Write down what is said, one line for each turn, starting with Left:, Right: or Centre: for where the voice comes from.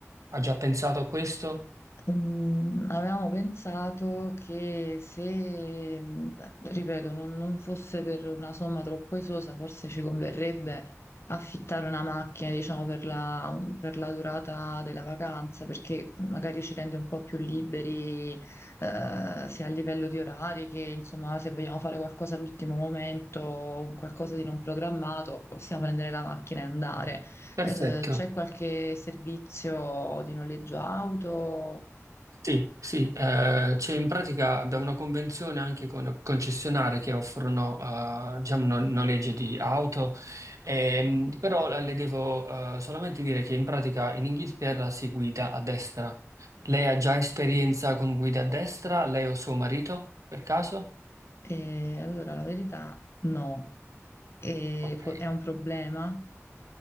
Right: Ha già pensato a questo?
Left: Mm, avevamo pensato che se, mm, ripeto, non, non fosse per una somma troppo esosa, forse ci converrebbe affittare una macchina, diciamo, per la, per la durata della vacanza, perché magari ci rende un po' più liberi, eh, sia a livello di orari che, insomma, se vogliamo fare qualcosa all'ultimo momento, qualcosa di non programmato, possiamo prendere la macchina e andare.
Right: Perfetto.
Left: Eh, c'è qualche servizio di noleggio auto?
Right: Sì, sì, eh, c'è in pratica abbiamo una convenzione anche con concessionari che offrono eh, diciamo, no- noleggio di auto, ehm, però eh, le devo eh, solamente dire che in pratica in Inghilterra si guida a destra. Lei ha già esperienza con guida a destra, lei o suo marito, per caso?
Left: Eh, allora, la verità no, Eh,
Right: Ok.
Left: fo- è un problema.